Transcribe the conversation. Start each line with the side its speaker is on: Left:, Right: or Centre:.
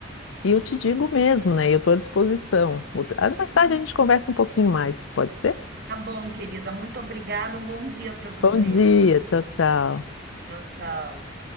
Left: E eu te digo mesmo, né? Eu estou à disposição. Outra- ah, Mais tarde a gente conversa um pouquinho mais, pode ser?
Right: Tá bom, querida. Muito obrigada. Um bom dia para você.
Left: Bom dia, tchau, tchau.
Right: Tchau, tchau.